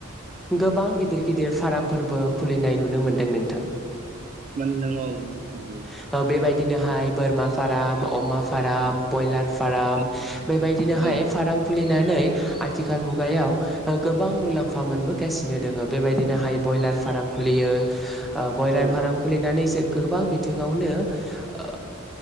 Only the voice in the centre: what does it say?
गोबां गिदिर गिदिर फारामफोरबो खुलिनाय नुनो मोनदों नोंथां। ओ
बेबायदिनोहाय बोरमा फाराम अमाफ फाराम बयलार फाराम
बेबायदिनोहाय
फाराम खुलिना नै आथिखाल मुगायाव ओ गोबां मुलाम्फा मोनबोगासिनो दोङो बेबायदिनोहाय बयलार फाराम खुलियो। ओ बयलार
फाराम खुलिनानै जो गोबां बिथिङावनो ओ ओ